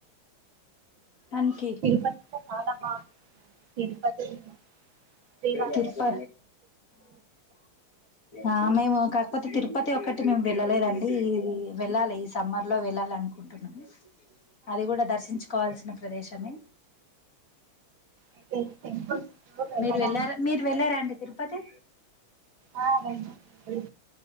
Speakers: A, on the left (about 40°); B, on the right (about 65°).
A: మనకి
B: తిరుపతిలో కాలమా తిరుపతి శ్రీవారం
A: తిరుప ఆ మేము కాకపోతే తిరుపతి ఒక మేము వెళ్ళలేదండి ఇది వెళ్ళాలి సమ్మర్ లో వెళ్ళాలి అనుకుంటున్నాము అది కూడా దర్శించుకోవాల్సిన ప్రదేశమే
B: అయితే టెంపుల్స్ వెళ్ళడం
A: మీరు వెళ్లారా మీరు వెళ్ళారా అండి తిరుపతి
B: ఆ వెళ్ళాం అండి